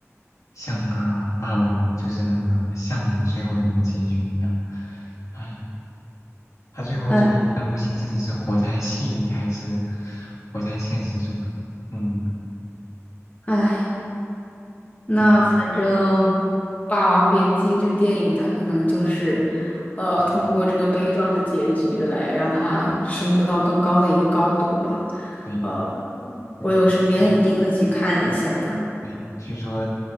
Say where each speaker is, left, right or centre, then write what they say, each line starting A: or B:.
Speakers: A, on the left (about 90°); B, on the left (about 30°).
A: 像那个霸王，就是那个项羽最后的那个结局一样。唉，他最后就也分不清自己是活在戏里还是
B: 哎
A: 活在现实中。嗯
B: 哎，那反正
A: 嗯
B: 《霸王别姬》这电影，它可能就是，呃，
A: 嗯，
B: 通过这个悲壮的结局来让它升到更高的一个高度吧。
A: 对
B: 呃，
A: 对挺对
B: 我有时间一定会去看一下的。
A: 对，据说